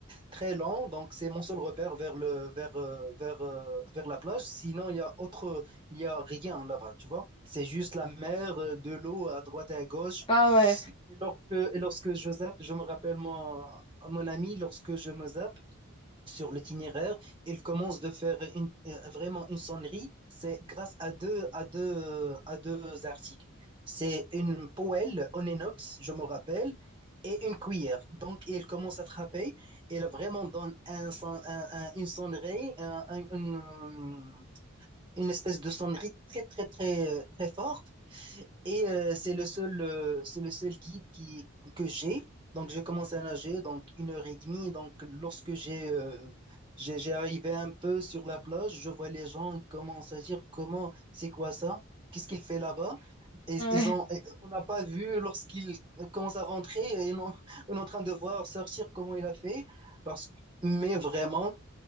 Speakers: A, on the right; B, on the left.
A: très lent, donc c'est mon seul repère vers le, vers, euh, vers, euh, vers la plage. Sinon il y a autre, il y a rien là-bas, tu vois. C'est juste la mer, euh, de l'eau à droite et à gauche.
B: <laughs> Ah ouais.
A: Et lorsque, et lorsque je zappe, je me rappelle mon, mon ami, lorsque je me zappe sur l'itinéraire. Il commence de faire une- euh, vraiment une sonnerie. C'est grâce à deux, à deux, à deux articles. C'est une poêle en inox, je me rappelle, et une cuillère. Donc, il commence à frapper. Il vraiment donne un, son- un- un- une sonnerie, un- un- une, une espèce de sonnerie très, très, très, euh, très forte. Et euh, c'est le seul, euh, c'est le seul guide qui, que j'ai. Donc, j'ai commencé à nager, donc une heure et demie. Donc, lorsque j'ai euh, j'ai j'ai arrivé un peu sur la plage, je vois les gens, ils commencent à dire comment, c'est quoi ça? Qu'est-ce qu'il fait là-bas? Et
B: Ouais.
A: ils ont, et on n'a pas vu lorsqu'il commence à rentrer, et on, <laughs> on est en train de voir sortir comment il a fait. Parce que, mais vraiment,